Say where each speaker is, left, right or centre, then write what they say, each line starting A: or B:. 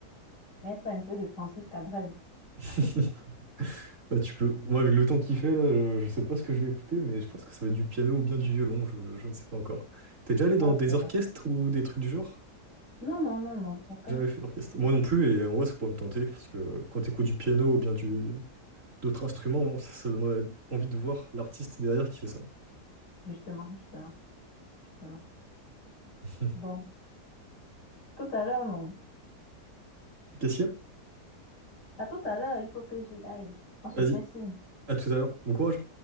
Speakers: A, on the left; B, on the right.
A: mettre un peu de Francis Cabrel.
B: <laughs>
A: <laughs>
B: Bah, tu peux... Moi, avec le temps qu'il fait, là, je, je sais pas ce que je vais écouter, mais je pense que ça va être du piano ou bien du violon, je, je ne sais pas encore. T'es déjà allé dans
A: Ok.
B: des orchestres ou des trucs du genre?
A: Non, non, non, non, aucun.
B: Jamais fait d'orchestre. Moi non plus, et en vrai, ça pourrait me tenter, parce que quand t'écoutes du piano ou bien du... d'autres instruments, ça, ça donnerait envie de voir l'artiste derrière qui fait ça.
A: Justement, justement, justement.
B: <laughs>
A: Bon, tout à l'heure, non.
B: Qu'est-ce qu'il y a?
A: À tout à l'heure, il faut que j'y aille. On se
B: Vas-y.
A: fait signe.
B: À tout à l'heure. Bon courage.